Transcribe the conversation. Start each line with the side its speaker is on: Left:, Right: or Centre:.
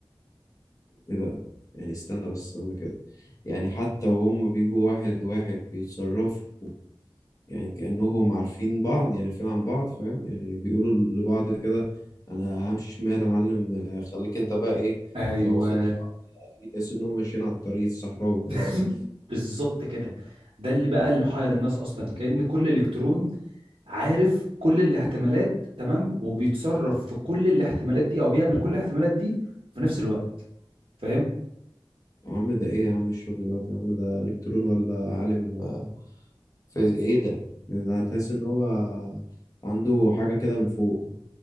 Left: ايه ده يعني استنى بس استنى كده يعني حتى وهم بيجوا واحد واحد بيتصرفوا يعني كأنهم عارفين بعض يعني عارفين عن بعض فاهم يعني بيقولوا لبعض كده انا همشي شمال يا معلم آه، خليك انت بقى ايه
Right: ايوه
Left: آه، واخد الحركة دي تحس انهم ماشيين على الطريق الصحراوي كده
Right: <laughs> بالظبط كده ده اللي بقى اللي محير الناس اصلا كأن كل الكترون عارف كل الاحتمالات تمام وبيتصرف في كل الاحتمالات دي او بيعمل كل الاحتمالات دي في نفس الوقت فاهم
Left: يا عم ده ايه يا عم الشغل ده يا عم ده الكترون ولا عالم آه، في ايه ده يعني ده هتحس ان هو عنده حاجة كده من فوق